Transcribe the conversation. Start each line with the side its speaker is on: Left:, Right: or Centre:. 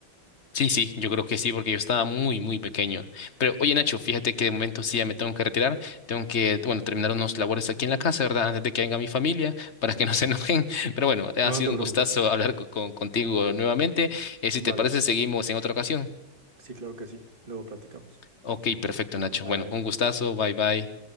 Left: Sí, sí, yo creo que sí, porque yo estaba muy, muy pequeño. Pero oye, Nacho, fíjate que de momento sí ya me tengo que retirar. Tengo que, bueno, terminar unos labores aquí en la casa, ¿verdad? Antes de que venga mi familia, <laughs> para que no se enojen. Pero bueno, ha
Right: No,
Left: sido
Right: no te
Left: un
Right: preocupes.
Left: gustazo hablar co- con, contigo nuevamente. Eh, si
Right: Vale,
Left: te parece, seguimos en otra ocasión.
Right: sí, claro que sí. Luego platicamos.
Left: Ok, perfecto, Nacho.
Right: Bye
Left: Bueno,
Right: bye.
Left: un gustazo. Bye, bye.